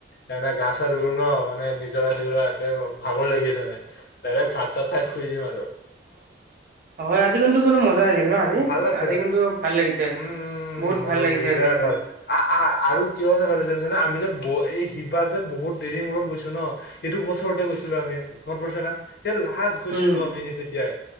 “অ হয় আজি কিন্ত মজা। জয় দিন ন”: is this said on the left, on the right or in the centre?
Right